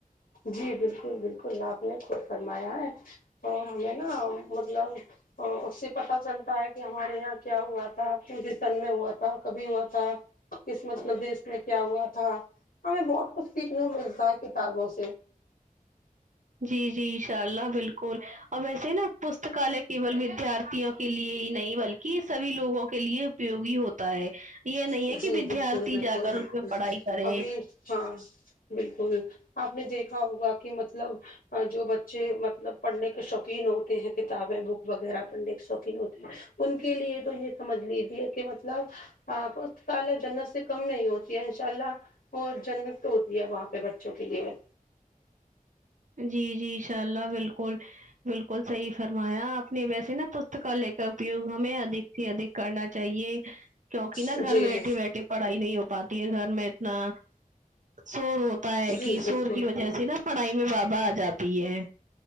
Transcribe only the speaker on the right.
جی جی ان شاء اللہ بالکل اور ویسے نا پستکالیہ کےول ودارتھیوں کے لیے ہی نہیں بلکہ سبھی لوگوں کے لیے اپیوگی ہوتا ہے یہ نہیں
ہے کہ ودیارتھی
جا کر
اس میں پڑھائی کریں
جی جی ان شاء اللہ بالکل بالکل صحیح فرمایا آپ نے ویسے نا پستکالے کر اپیوگ ہمیں ادک سے ادھک کرنا چاہیے کیونکہ نا
گھر بیٹھی بیٹھی پڑھائی نہیں ہو پاتی ہے گھر میں اتنا شور ہوتا ہوتا ہے
کہ
شور کی وجہ سے نا پڑھائی میں بادھا آ جاتی ہے